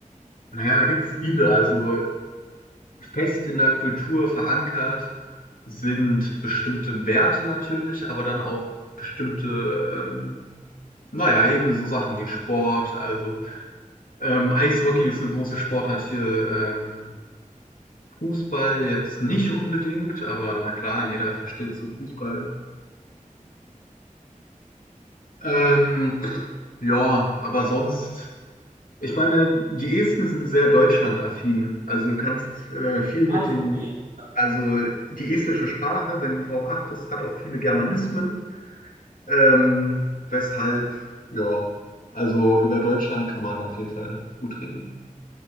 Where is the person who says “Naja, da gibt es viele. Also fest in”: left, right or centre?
Left